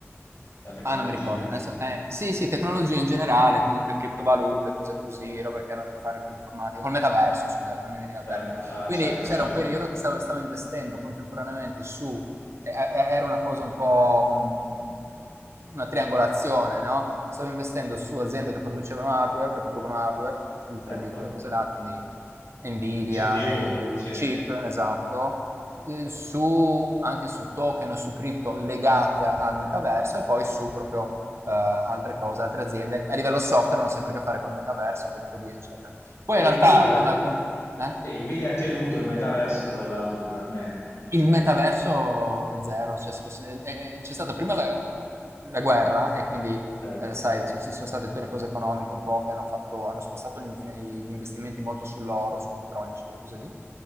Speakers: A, on the left; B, on the right.
A: La tecnologia,
B: Ah, non mi ricordo. Adesso- eh, sì, sì, tecnologia in generale, comunque criptovalute, cose così, roba che hanno a che fare con l'informatica, col metaverso, scusate, non mi veniva
A: certo,
B: il termine.
A: ah
B: Quindi
A: certo,
B: c'era
A: certo,
B: un periodo che stavo, stavo investendo contemporaneamente su, eh, eh, era una cosa un po' mh, una triangolazione, no? Stavo investendo su aziende che producevano hardware, che producono hardware per il
A: certo.
B: 3D, quelle cose là, quindi Nvidia,
A: GPU,
B: AMD,
A: sì.
B: chip, esatto eh, su, anche su token o su cripto legate al metaverso e poi su proprio eh, altre cose, altre aziende. A livello software hanno sempre a che fare col metaverso, col 3D, eccetera. Poi
A: Eh,
B: in realtà
A: Nvidia,
B: con la... Con, eh?
A: sì, Nvidia ha tenuto il metaverso, è crollato totalmente, perché,
B: Il metaverso zero, cioè, se lo se- eh, eh, c'è stata prima la, la guerra e quindi,
A: certo,
B: eh, sai, ci, ci sono state tutte le cose economiche un po' che hanno fatto, hanno spostato gli, infin- gli investimenti molto sull'oro, sul petrolio, su quelle cose lì,